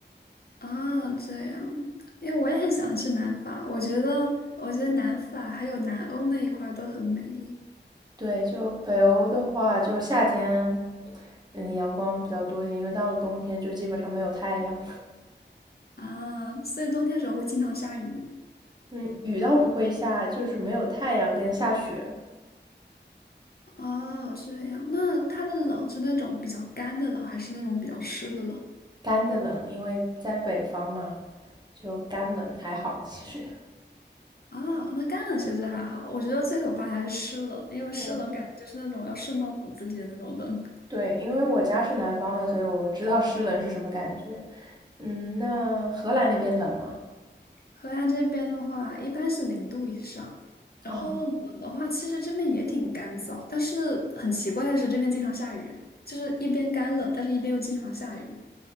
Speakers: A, on the left; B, on the right.
A: 啊，这样，因为我也很想去南法，我觉得，我觉得南法还有南欧那一块儿都很美丽
B: 对，就北欧的话，就夏天，嗯，阳光比较多一点，因为到了冬天就基本上没有太阳。
A: 啊，所以冬天的时候会经常下雨吗？
B: <laughs> 嗯，雨倒不会下，就是没有太阳跟下雪，
A: 哦，这样，那它的冷是那种比较干的冷，还是那种比较湿的冷？
B: 干的冷，因为在北方嘛，就干冷还好其实。
A: 啊，那干冷其实还好，我觉得最可怕还是湿冷，因为湿冷感觉就是那种要渗到骨子里的那种冷。
B: <laughs> 对，因为我家是南方的，所以我知道湿冷是什么感觉。嗯，那荷兰那边冷吗？
A: 河南这边的话，一般是零度以上，然后冷的话，
B: 哦
A: 其实这边也挺干燥，但是很奇怪的是，这边经常下雨，就是一边干冷，但是一边又经常下雨。